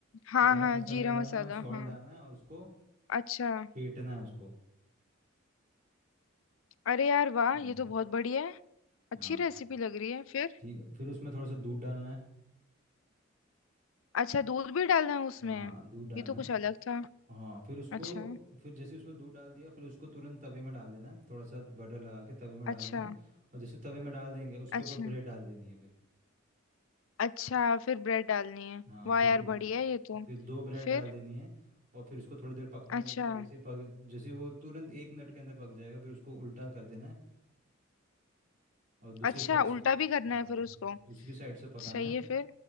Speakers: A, on the left; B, on the right.
A: हाँ
B: गरम
A: हाँ
B: मसाला
A: जीरा
B: डालना
A: मसाला
B: है सॉल्ट
A: हाँ
B: डालना है और उसको
A: अच्छा
B: फेंटना है उसको
A: अरे यार वाह
B: हम्म,
A: ये तो बहुत बढ़िया है अच्छी
B: हाँ
A: रेसिपी लग रही है फिर
B: ठीक है फिर उसमें थोड़ा सा दूध डालना है
A: अच्छा दूध भी डालना है उसमें
B: हाँ दूध डालना
A: ये तो कुछ
B: है
A: अलग था
B: हाँ फिर उसको
A: अच्छा
B: फिर जैसे उसमें दूध डाल दिया फिर उसको तुरंत तवे में डाल देना है थोड़ा सा बटर लगा के तवे में डाल
A: अच्छा
B: देना है और जैसे तवे में डाल देंगे उसके
A: अच्छा
B: ऊपर ब्रेड डाल देनी है फिर
A: अच्छा फिर ब्रेड डालनी है
B: हाँ
A: वाह
B: फिर
A: यार
B: ब्र-
A: बढ़िया है ये तो
B: फिर दो ब्रेड
A: फिर
B: डाल देनी है और फिर उसको थोड़ी देर पकने
A: अच्छा
B: देना है जैसे ही पक जैसे ही वो तुरंत एक मिनट के अंदर पक जाएगा फिर उसको उल्टा कर देना है और दूसरी
A: अच्छा
B: साइड से
A: उल्टा भी करना
B: हाँ
A: है फिर उसको
B: दूसरी साइड से पकाना
A: सही
B: है
A: है फिर